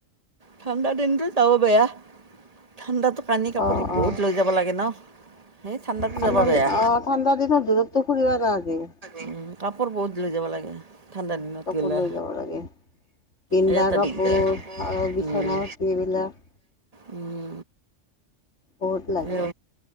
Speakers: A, on the right; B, on the left.
A: ঠাণ্ডা দিনটো যাওঁ বেয়া ঠাণ্ডাতো কানি কাপোৰ
B: অঁ
A: বহুত
B: অঁ
A: লৈ যাব লাগে ন সেই ঠাণ্ডাটো
B: ঠাণ্ডা
A: যাব বেয়া
B: দিন অ ঠাণ্ডা দিনত দূৰতো ফুৰিবা নালাগে
A: উম কাপোৰ বহুত লৈ যাব লাগে ঠাণ্ডা দিনত
B: বহুত কাপোৰ
A: গ'লে
B: লৈ যাব লাগে পিন্ধা
A: এই এটা
B: কাপোৰ
A: দিগদাৰ
B: আৰু বিচনাৰ
A: উম,
B: বিলাক
A: উম।
B: বহুত লাগে
A: অ,